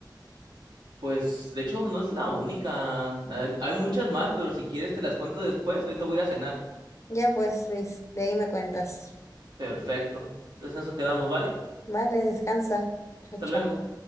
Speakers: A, on the right; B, on the left.
A: Pues de hecho no es la única, hay, hay muchas más, pero si quieres te las cuento después, ahorita voy a ir a cenar.
B: Ya pues, Luis, de ahí me cuentas.
A: Perfecto. Entonces en eso quedamos, ¿vale?
B: Vale, descansa. Chao,
A: Hasta
B: chao.
A: luego.